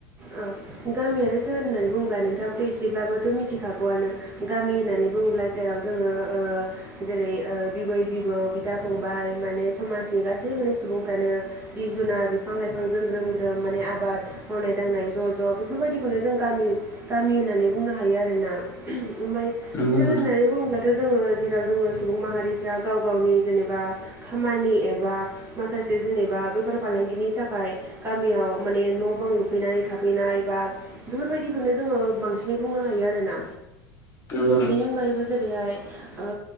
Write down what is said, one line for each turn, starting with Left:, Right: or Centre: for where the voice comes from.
Right: ओ गामि आरो सोहोर होननानै बुंङोब्ला नोंथाङाबोथ' एसेब्लाबोथ' मिथिखागौ आनो। गामि होननानै बुङोब्ला जेराव जोङो ओ जेरै ओ बिबै बिबौ बिदा फंबाय माने समाजनि गासै माने सुबुंफ्रानो जिब जुनार बिफां लाइफांजों ग्रोम ग्रोम माने आबाद मावनाय दांनाय ज' ज' बेफोरबायदिखौनो जों गामि गामि होननानै बुंनो हायो आरोना ओमफ्राय
Left: नंगौ
Right: सोहोर
Left: नोंथां
Right: होननानै बुङोब्लाथ' जोङो जेराव जोङो सुबुं माहारिफ्रा गाव गावनि जेनेबा खामानि एबा माखासे जेनेबा बेफार फालांगिनि थाखाय गामियाव माने न' बां लु फैनानै थाफैनाय बा बेफोर बायदिखौनो जोङो बांसिनै बुंनो हायो आरोना।
Left: नंगौ नोंथां
Right: बेनि अनगायैबो जेरैहाय ओ